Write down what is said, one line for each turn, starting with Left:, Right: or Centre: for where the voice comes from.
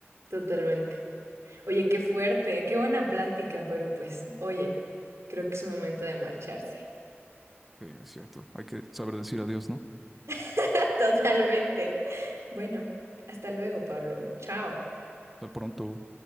Right: totalmente. Oye, qué fuerte, qué buena plática, pero pues, oye, creo que es momento de marcharse.
Centre: Sí, es cierto. Hay que saber decir adiós, ¿no?
Right: <laughs> Totalmente. Bueno, hasta luego, Pablo. Chao.
Centre: Hasta pronto.